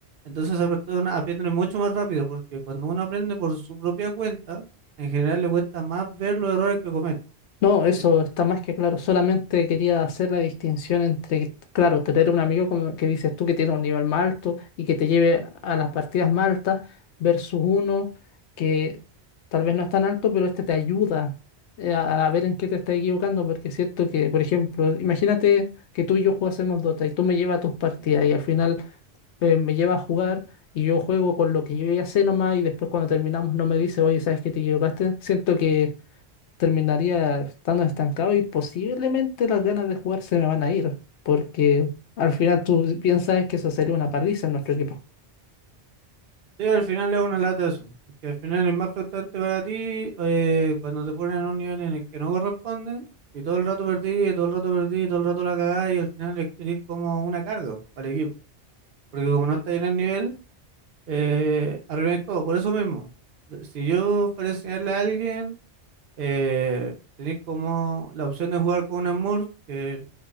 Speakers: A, on the right (about 60°); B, on the left (about 85°).
A: Entonces esa persona aprende mucho más rápido porque cuando uno aprende por su propia cuenta, en general le cuesta más ver los errores que comete.
B: No, eso
A: ¿sí?
B: está más que claro. Solamente quería hacer la distinción entre, claro, tener un amigo como que dices tú que tiene un nivel más alto y que te lleve a las partidas más altas versus uno que tal vez no es tan alto, pero este te ayuda eh, a, a ver en qué te estás equivocando, porque es cierto que, por ejemplo, imagínate que tú y yo jugásemos Dota y tú me llevas a tus partidas
A: Ya.
B: y al final eh, me llevas a jugar y yo juego con lo que yo ya sé nomás y después cuando terminamos no me dice, oye, ¿sabes qué te equivocaste? Siento que terminaría estando estancado y posiblemente las ganas de jugar se me van a ir, porque al final tú piensas que eso sería una paliza en nuestro equipo.
A: Sí, al final es una lata eso, porque al final es más frustrante para ti eh, cuando te ponen en un nivel en el que no corresponde y todo el rato perdí, y todo el rato perdí, y todo el rato la cagás y al final es, eres como una carga para el equipo, porque como no estás en el nivel, eh, arruináis todo, por eso mismo. De- Si yo fuera a enseñarle a alguien, eh, tenéis como la opción de jugar con un Smurf, que